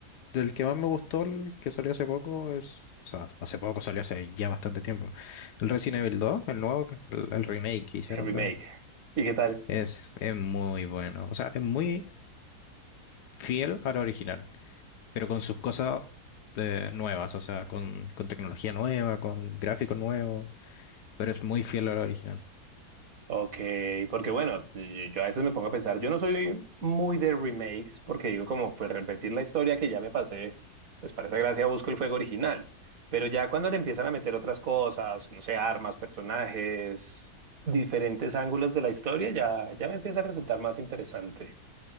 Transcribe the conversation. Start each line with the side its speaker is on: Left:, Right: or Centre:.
Left: Del que más me gustó, el que salió hace poco, es... O sea, hace poco salió hace ya bastante tiempo. El Resident Evil 2, el nuevo, que- el, el remake que hicieron
Right: El remake.
Left: de...
Right: ¿Y qué tal?
Left: Es, es muy bueno. O sea, es muy fiel al original. pero con sus cosas eh, nuevas, o sea, con, con tecnología nueva, con gráficos nuevos, pero es muy fiel a la original.
Right: Ok, porque bueno, y- yo a veces me pongo a pensar, yo no soy muy de remakes porque digo como pues repetir la historia que ya me pasé, pues para esa gracia busco el juego original, pero ya cuando le empiezan a meter otras cosas, no sé, armas, personajes, diferentes ángulos de la historia, ya, ya me empieza a resultar más interesante.